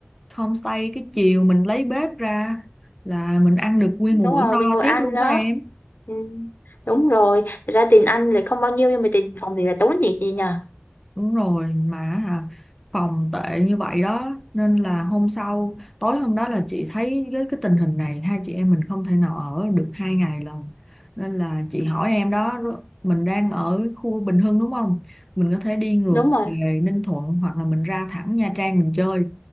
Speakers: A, in the centre; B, on the left (about 50°).
A: homestay cái chiều mình lấy bếp ra là mình ăn được nguyên một
B: đúng
A: bữa
B: rồi
A: no
B: mình ngồi
A: tiếp
B: ăn
A: luôn
B: đó
A: đó em
B: ừ. đúng rồi Thật ra tiền ăn là không bao nhiêu nhưng mà tiền phòng thì là tốn nhiều chị nhờ
A: Đúng rồi mà hả phòng tệ như vậy đó nên là hôm sau tối hôm đó là chị thấy với cái tình hình này hai chị em mình không thể nào ở được hai ngày lần nên là chị hỏi em đó r- mình đang ở khu Bình Hưng đúng không mình có thể đi ngược
B: đúng rồi
A: về Ninh Thuận hoặc là mình ra thẳng Nha Trang mình chơi